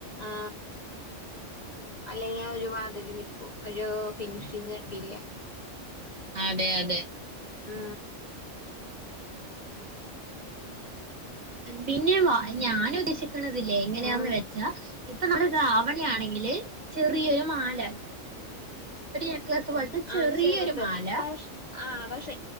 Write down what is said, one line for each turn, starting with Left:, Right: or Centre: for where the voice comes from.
Left: ആ അല്ലെങ്കി ഒരു മാതിരി നിക്കും ഒരു ഫിനിഷിങ് കിട്ടില്ല
Right: അതെ അതെ
Left: മ്
Right: പിന്നെ വ ഞാൻ ഉദ്ദേശിക്കണതില്ലേ എങ്ങനെയാന്ന്
Left: ആഹ്
Right: വെച്ചാ ഇപ്പൊ നമ്മള് ദാവണി ആണെങ്കില് ചെറിയൊരു മാല ഒരു നെക്ലസ് പോലത്തെ ചെറിയൊരു
Left: ആ ചെറുത്
Right: മാല
Left: പ ആ പക്ഷെ